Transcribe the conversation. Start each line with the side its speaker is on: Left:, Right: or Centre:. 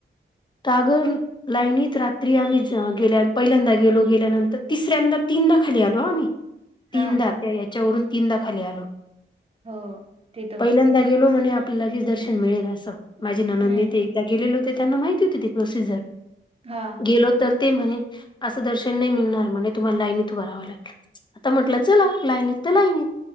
Left: अगर लाईनीत रात्री आम्ही गेल्या पहिल्यांदा गेलो गेल्यानंतर तिसऱ्यांदा तीनदा खाली आलो आम्ही
Right: हा
Left: तीनदा त्या याच्यावरून तीनदा खाली आलो
Right: हो तिथून
Left: पहिल्यांदा गेलो म्हणे आपल्यालागेच दर्शन मिळेल असं माझी ननंद
Right: हम्म
Left: ते गेले होते त्यांना माहिती होती ते प्रोसिजर
Right: हा
Left: गेलो तर ते म्हणे असं दर्शन नाही मिळणार म्हणज तुम्हाला लाईन इथ भरावं लागल आता म्हटलं चला लाईनीत तर लाईनीत